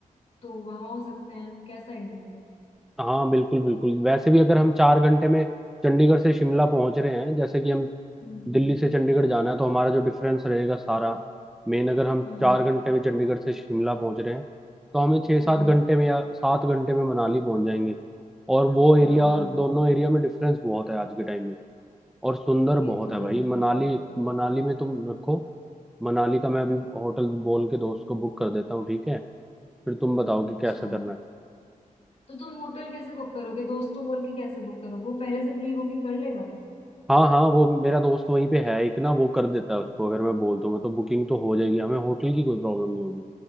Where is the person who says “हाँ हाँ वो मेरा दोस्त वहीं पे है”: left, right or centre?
Centre